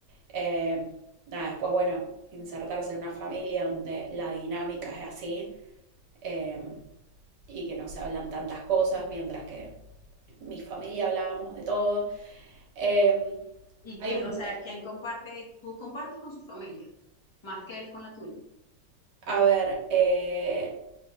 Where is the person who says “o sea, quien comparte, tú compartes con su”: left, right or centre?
Left